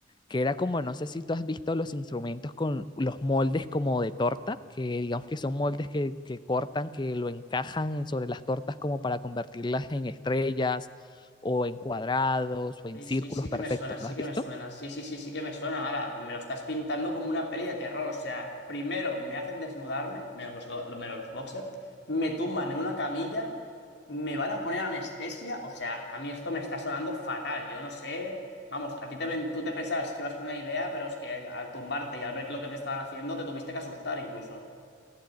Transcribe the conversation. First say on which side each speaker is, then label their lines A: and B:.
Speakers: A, on the left; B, on the left.
A: que era como, no sé si tú has visto los instrumentos con los moldes como de torta, que digamos que son moldes que, que cortan, que lo encajan en- sobre las tortas como para convertirlas en estrellas o en cuadrados o en
B: Sí,
A: círculos
B: sí, sí
A: perfectos.
B: que me suena, sí
A: ¿Lo has
B: que
A: visto?
B: me suena, sí, sí, sí, sí que me suena, ahora me lo estás pintando como una peli de terror, o sea, primero me hacen desnudarme, menos los, go- menos los boxers, me tumban en una camilla, me van a poner anestesia, o sea, a mí esto me está sonando fatal, yo no sé, vamos, a ti te, ven- tú te pensabas que ibas con una idea, pero es que al tumbarte y al ver que lo que te estaban haciendo, te tuviste que asustar incluso.